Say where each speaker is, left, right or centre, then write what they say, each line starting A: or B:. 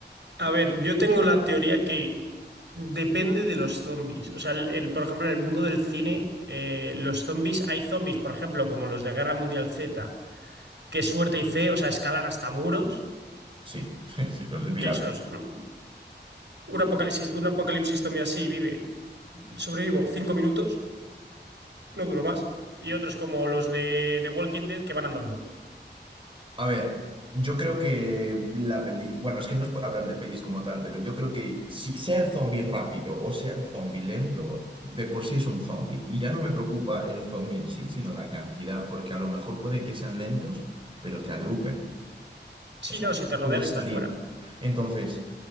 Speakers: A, on the right (about 75°); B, on the right (about 30°).
A: A ver, yo tengo la teoría que depende de los zombies. O sea, el- el- por ejemplo, en el mundo del cine, eh, los zombies, hay zombies, por ejemplo, como los de Guerra Mundial Z, que suerte y fe, o sea, escalan hasta muros,
B: Sí, <laughs> sí, los vi
A: que
B: la
A: esos, ¿no? un apocalipsis, un apocalipsis zombie así vive, sobrevivo cinco minutos, no duro más, y otros como los de The Walking Dead que van andando.
B: A ver, yo creo que la peli, bueno, es que no es por hablar de pelis como tal, pero yo creo que si sea el zombie rápido o sea el zombie lento, de por sí es un zombie. Y ya no me preocupa el zombie en sí, sino la cantidad, porque a lo mejor pueden que sean lentos, pero te agrupen. O
A: Si
B: sea,
A: no, si te rodean,
B: puedas
A: estás
B: salir.
A: fuera.
B: Entonces,